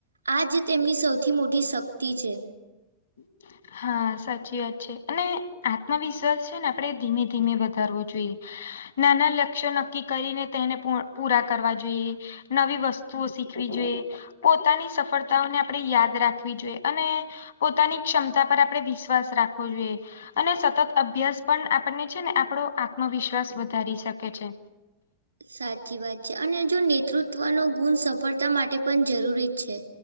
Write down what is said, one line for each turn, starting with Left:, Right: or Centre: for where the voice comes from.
Right: આજ તેમની સૌથી મોટી શક્તિ છે.
Left: હમ હા, સાચી વાત છે અને આત્મવિશ્વાસ છે ને આપણે ધીમે ધીમે વધારવો જોઈએ. નાના લક્ષ્ય નક્કી કરીને તેને પૂ પૂરાં કરવા જોઈએ. નવી વસ્તુઓ શીખવી જોઈએ. પોતાની સફળતાઓને આપણે યાદ રાખવી જોઈએ અને પોતાની ક્ષમતા પર આપણે વિશ્વાસ રાખવો જોઈએ અને સતત અભ્યાસ પણ આપણને છે ને આપણો આત્મવિશ્વાસ વધારી શકે છે.
Right: સાચી વાત છે અને જો નેતૃત્વનો ગુણ સફળતા માટે પણ જરૂરી છે.